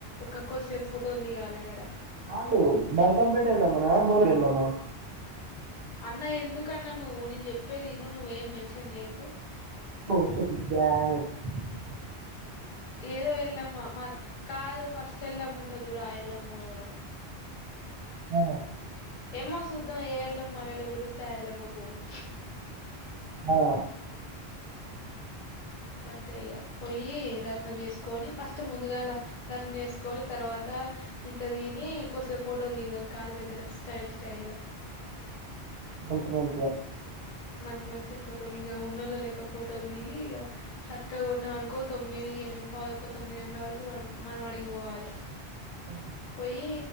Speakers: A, on the left; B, on the right.
A: క్క కోసేపు ఫోటోలు దిగాలే ఇగ అడ
B: కదు బాల్కంపేట ఎల్లమ్మ నా బో ఎల్లమ్మ
A: అన్న ఎందుకన్న నువ్వు నేను చెప్పేది విను నువ్వు ఏం మెన్షన్ చేయకు
B: ఒకే తి గ్య <unintelligible>
A: ఏదో ఎల్లమ్మ మద్ కాదు ఫస్ట్ ఎల్లమ్మ ఉంటది చూడు ఆ ఎల్లమ్మకు పోదాం
B: అ
A: ఎమ్మో సుద్దం ఏ ఎల్లమ్మ అవైలబుల్ ఉంటే ఆ ఎల్లమ్మకు పోదాం
B: ఆ
A: గంతే ఇగ పోయి దర్శనం చేసుకొని ఫస్ట్ ముందుగాలా దర్శనం చేసుకొని తర్వాత ఇంత దిని కొసేప్ ఫోటోల్ దిగుదాం కారు దగ్గర స్టైల్ స్టైల్ గా
B: మంచి మంచిగ
A: మంచి మంచిగ ఫోటోలు ఇగ ఉన్నోళ్ళ లేక్క ఫోటోలు దిగి ఇగ సక్కగా కొట్టినం అనుకో తొమ్మిది ఎనిమి పావ్ తక్కువ తొమ్మిది గంటల వరకు మనం అడిగిపోవాలే
B: ఆ!
A: పోయ్యి